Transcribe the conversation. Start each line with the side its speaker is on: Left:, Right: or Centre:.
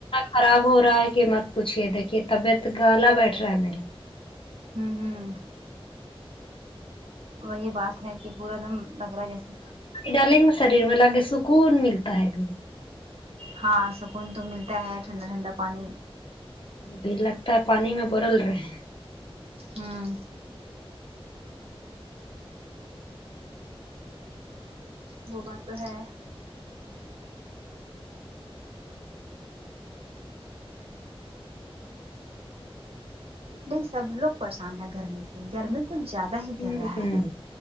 Left: خراب ہو رہا ہے کہ مت پوچھیے دیکھیے طبیعت گالا بیٹھ رہا ہے میرا
Right: امم امم وہی بات ہے کہ پورا دم لگ رہا جیسے
Left: ڈالنگ شریر میں لا کے سکون ملتا ہے ایک دم
Right: ہاں سکون تو ملتا ہے ٹھنڈا ٹھنڈا پانی
Left: ابھی لگتا ہے پانی میں برل رہے
Right: ہاں وہ بات تو ہے ایک دم سب لوگ پریشان ہیں گھرمیں سے گرمی کچھ زیادہ ہے ہی
Left: امم
Right: کر رہا
Left: امم